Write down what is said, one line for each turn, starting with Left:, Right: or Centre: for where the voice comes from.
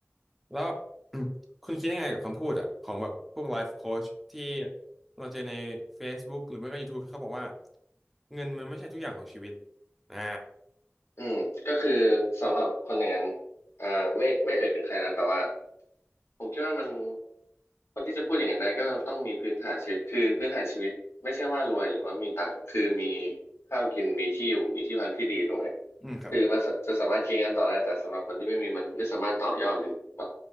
Centre: แล้ว <clears throat> คุณคิดยังไงกับคำพูดอ่ะของแบบพวกไลฟ์โค้ชที่เราเจอใน Facebook หรือไม่ก็ YouTube ที่เขาบอกว่าเงินมันไม่ใช่ทุกอย่างของชีวิตอ่า
Left: อืมก็คือสำหรับคนอย่างนั้นอ่าไม่ไม่เอ่ยถึงใครนะแต่ว่าผมคิดว่ามันคนที่จะพูดอย่างนั้นได้ก็ต้องมีพื้นฐานชีวิตคือพื้นฐานชีวิตไม่ใช่ว่ารวยหรือว่ามีตังค์คือมีข้าวกินมีที่อยู่มีที่พักที่ดีถูกไหม
Centre: อืมครับ
Left: คือมันสะจะสามารถคิดกันต่อได้แต่สำหรับคนที่ไม่มีมันไม่สามารถต่อยอดหรือแบบ